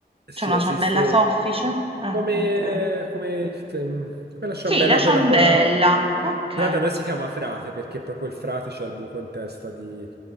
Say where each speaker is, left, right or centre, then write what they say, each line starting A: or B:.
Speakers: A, on the right; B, on the right.
A: si
B: C'è una
A: esiste
B: ciambella soffice? Ah,
A: come,
B: okay.
A: come, il f- come la ciambella,
B: Sì, la ciambella,
A: quella... co-
B: okay.
A: Però da noi si chiama frate perché proprio il frate c'ha il buco in testa di-